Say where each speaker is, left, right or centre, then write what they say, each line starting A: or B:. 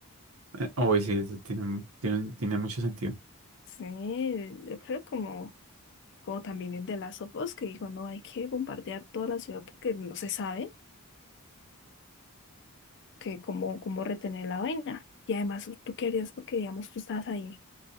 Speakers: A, on the right; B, on the left.
A: eh, hoy sí, eso tiene, mu- tiene, tiene mucho sentido.
B: sí, yo creo como... como también el de Last of Us, que dijo, no, hay que bombardear toda la ciudad porque no se sabe que cómo, cómo retener la vaina. Y además, ¿tú qué harías? Porque, digamos, tú estás ahí